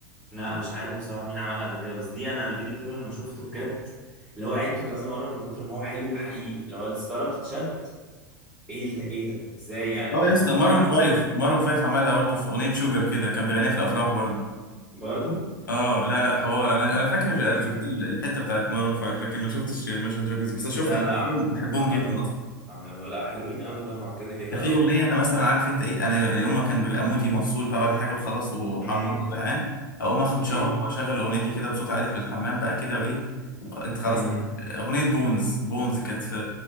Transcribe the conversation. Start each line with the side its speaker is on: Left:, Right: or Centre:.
Centre: لا مش عارف بصراحة مين عملها قبل كده بس دي انا الفيديو كليب لما شفته بجد اللي هو عيدته كذا مرة من كتر ما هو حلو وحقيقي اللي هو الستارة بتتشد ايه ال- ايه ده ازاي يعني
Left: اه
Centre: فاهم
Left: يا اسطى
Centre: ف
Left: مارون فايف مارون فايف عملها برضه في اغنيه شوجر كده كان بيغنيها في الافراح برضه
Centre: برضو
Left: اه لا لا حوار انا انا فاكر
Centre: امم
Left: انا شفت ال- الحته بتاعت مارون فايف لكن ما شفتش ماشن دراجونز دي بس اشوفها
Centre: لا
Left: انا
Centre: لا
Left: بحبهم
Centre: عم-
Left: بحبهم
Centre: عملوها
Left: جدا
Centre: عملوها لا حلوين قوي طبعا كده كده
Left: ده في
Centre: اه
Left: اغنيه انا مثلا عارف انت ايه انا يوم ما كان بيبقى مودي مفصول بقى ولا حاجه وخلاص وحران
Centre: امم
Left: وزهقان اقوم اخد شاور
Centre: امم
Left: واشغل الاغنيه دي كده بصوت عالي في الحمام بقى كده وايه وخ... انت خلاص
Centre: امم
Left: اغنيه بونز بونز كانت في